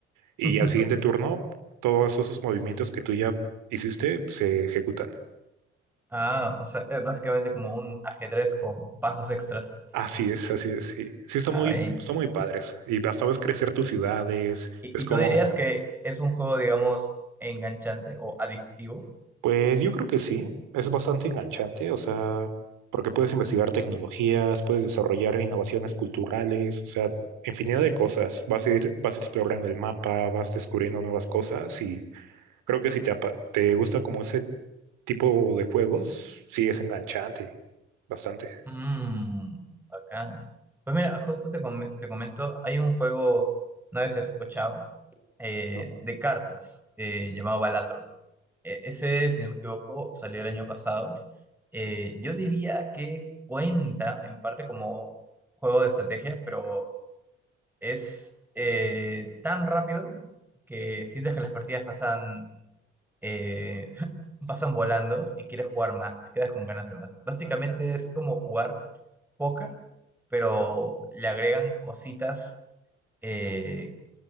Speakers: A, on the right; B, in the centre.
A: y
B: <laughs>
A: al siguiente turno todos esos movimientos que tú ya hiciste se ejecutan.
B: Ah, o sea, es básicamente como un ajedrez con pasos extras.
A: Así es, así es, sí. Sí, están
B: Ah,
A: muy,
B: vaya.
A: están muy padres. Y hasta ves crecer tus ciudades,
B: ¿Y,
A: es
B: y
A: como
B: tú dirías que es un juego, digamos, enganchante o adictivo?
A: Pues yo creo que sí, es bastante enganchante, o sea, porque puedes investigar tecnologías, puedes desarrollar innovaciones culturales, o sea, infinidad de cosas. Vas a ir, vas explorando el mapa, vas descubriendo nuevas cosas y creo que si te, apa- te gusta como ese tipo de juegos, sí es enganchante, bastante,
B: Mmm, bacán. Pues mira, justo te, come- te comento, hay un juego, no sé si has escuchado, eh,
A: ¿no?
B: de cartas eh, llamado Balatro. E- ese, si no me equivoco, salió el año pasado. Eh, yo diría que cuenta en parte como juego de estrategia, pero es eh, tan rápido que sientes que las partidas pasan, eh, <laughs> pasan volando y quieres jugar más, te quedas con ganas de más. Básicamente es como jugar póker, pero le agregan cositas eh,